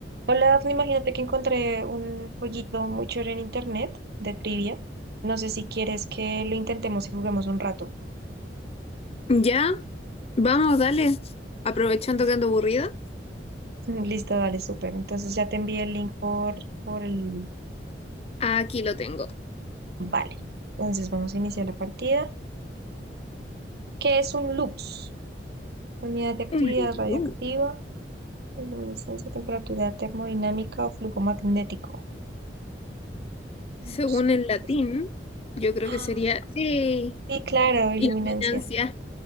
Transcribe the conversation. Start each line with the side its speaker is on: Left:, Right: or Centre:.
Right: Hola, Dafne, imagínate que encontré un jueguito muy chévere en internet de trivia. No sé si quieres que lo intentemos y juguemos un rato.
Left: Ya, vamos, dale. Aprovechando
Right: <laughs>
Left: que ando aburrida,
Right: Listo, dale, súper. Entonces ya te envié el link por, por el...
Left: aquí lo tengo.
Right: Vale. Entonces vamos a iniciar la partida. ¿Qué es un lux? Unidad de actividad
Left: Un menú.
Right: radioactiva, luminiscencia, temperatura termodinámica o flujo magnético.
Left: Según
Right: Lux, creo
Left: el
Right: que
Left: latín,
Right: es esta. <gasps>
Left: yo creo
Right: Ah,
Left: que sería sí,
Right: sí, claro, iluminancia.
Left: Ignorancia.